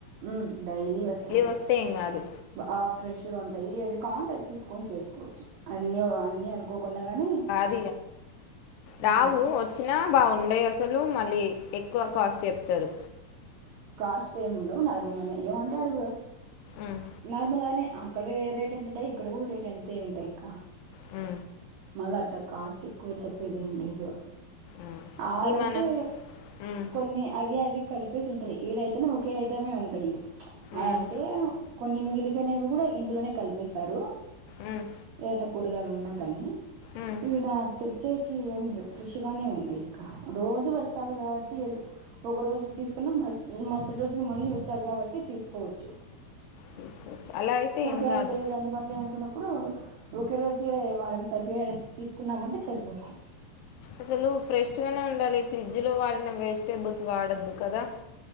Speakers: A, on the right; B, on the left.
A: హ్మ్ డైలీ వెస్తాను
B: వస్తే ఏం కాదు
A: అ ఫ్రెష్ గా ఉంటాయి ఏది కావాలంటే అది తీసుకొని చేసుకోవచ్చు అన్ని అన్ని అనుకోకున్నా గాని
B: ఆ రావు
A: ఉమ్
B: వచ్చినా బాగుండయి అసలు మళ్ళీ ఎక్కువ కాస్ట్ చెప్తారు
A: కాస్ట్ ఏముండవు నర్మలుగానే ఏమంటాడు
B: ఉమ్,
A: నార్మల్ గానే అక్కడే రేట్ ఎంత ఉంటాయి ఇక్కడ కూడా రేట్ అంతే ఉంటాయి అక్క
B: హు
A: మళ్ళ అట్ట కాస్ట్ ఎక్కువ చెప్పేది ఏం లేదు
B: ఉమ్.
A: ఆడైతే
B: ఈ మన ఉమ్,
A: కొన్ని అవి అవి కలిప్ చెప్పేసి ఉంటాయి ఈడైతే ఒకే ఐటమే ఉంటాయి
B: ఉమ్,
A: అంటే కొన్ని మిగిలిపోయినవి కూడా ఇందులోనే కల్పిస్తారు
B: ఉమ్,
A: ఏదన్న కూరగాయలు ఉన్నా కానీ
B: ఉమ్.
A: ఈణ తే చ్చేకి ఏం లేవు ఫ్రెష్ గానే ఉండై ఇక రోజు వస్తాడు కాబట్టి ఏది ఒక రోజుకి తీసుకున్నా మరుసటి రోజుకి మళ్ళీ వస్తాడు కాబట్టి తీసుకోవచ్చు
B: తీసుకోవచ్చు అలా అయితే
A: నువ్
B: ఏం
A: గని
B: కాదు
A: లేదు అందుబాట్లో అనుకున్న ఇప్పుడు ఒకే రోజె వాడం సరిపోయేన్ తీసుకున్నామంటే సరిపోతాయి
B: అసలు ఫ్రెష్గానే ఉండాలి ఫ్రిడ్జ్ లో వాడిన వెజిటేబుల్స్ వాడొద్దు కదా